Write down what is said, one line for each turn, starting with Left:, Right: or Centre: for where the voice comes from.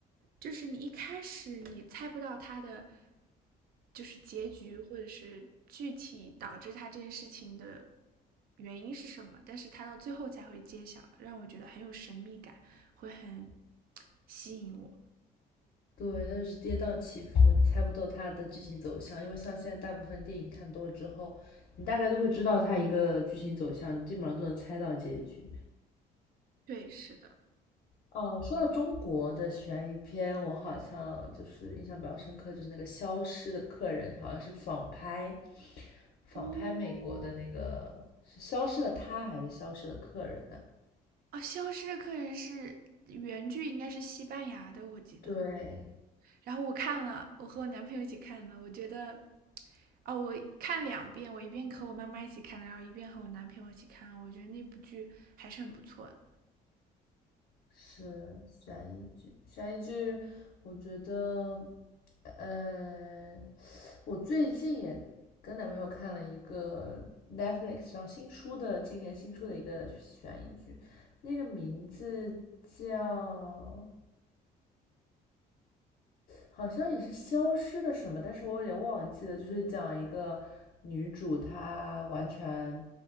Right: 就是你一开始你猜不到它的就是结局，或者是具体导致它这件事情的原因是什么，但是它到最后才会揭晓，让我觉得很有神秘感，会很吸引我。
Left: 对，它就是跌宕起伏，你猜不透它的剧情走向，因为像现在大部分电影看多了之后，你大概都会知道它一个剧情走向，基本上都能猜到结局。
Right: 对，是的。
Left: 哦，说到中国的悬疑片，我好像就是印象比较深刻，就是那个《消失的客人》，好像是仿拍，仿拍美国的那个是《消失的他》还是《消失的客人》呢？
Right: 哦，啊，《消失的客人》是原剧应该是西班牙的，我记得。
Left: 对，
Right: 然后我看了，我和我男朋友一起看的，我觉得，哦，我看两遍，我一遍和我妈妈一起看的，然后一遍和我男朋友一起看，我觉得那部剧还是很不错的。
Left: 是悬疑剧，悬疑剧，我觉得，嗯，我最近也跟男朋友看了一个 Netflix 上新出的，今年新出的一个悬疑剧，那个名字叫好像也是消失了什么，但是我有点忘记了，就是讲一个女主她完全